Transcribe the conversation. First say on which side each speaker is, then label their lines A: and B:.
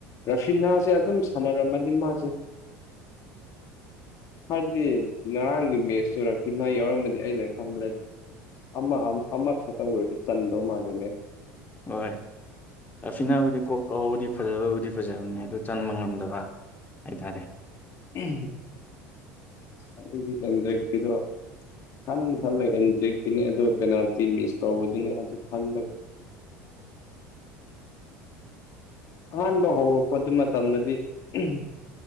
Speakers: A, on the left (about 45°); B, on the left (about 20°).
A: ꯔꯐꯤꯜ ꯅꯍꯥꯁꯦ ꯑꯗꯨꯝ ꯁꯥꯟꯅꯔꯝꯃꯗꯤ ꯃꯥꯁꯨ <inaudible> ꯍꯥꯏꯗꯤ ꯉꯔꯥꯡꯒꯤ ꯃꯦꯁꯇꯨ ꯔꯐꯤꯅ ꯌꯥꯎꯔꯝꯃꯗꯤ ꯑꯩꯅ ꯈꯟꯕꯗ ꯑꯃ ꯑꯃ ꯈꯛꯇꯪ ꯑꯣꯏꯔꯁꯨ ꯆꯟꯗꯧ ꯃꯥꯟꯂꯦꯅꯦ
B: ꯍꯣꯏ ꯑꯐꯤꯅꯥꯕꯨꯗꯤ ꯀꯣꯛ ꯐꯥꯎꯕꯨꯗꯤ ꯐꯖꯕꯕꯨꯗꯤ ꯐꯖꯕꯅꯤ ꯑꯗꯨ ꯆꯟꯕ ꯉꯝꯗꯕ ꯍꯥꯏꯇꯥꯔꯦ
A: <unintelligible> ꯑꯩꯗꯤ ꯑꯦꯟꯗ꯭ꯔꯣꯠ ꯀꯤꯗꯣ ꯈꯟꯗꯤ ꯈꯜꯂ ꯑꯦꯟꯇ꯭ꯔꯤꯀꯤꯅꯤ ꯑꯗꯨꯒ ꯄꯦꯅꯥꯜꯇꯤ ꯃꯤꯁ ꯇꯧꯕꯗꯨꯅꯦ ꯑꯗꯨ ꯈꯜꯂꯒ ꯑꯍꯥꯟꯕ ꯍꯧꯔꯛꯄꯗꯨ ꯃꯇꯝꯗꯗꯤ <unintelligible>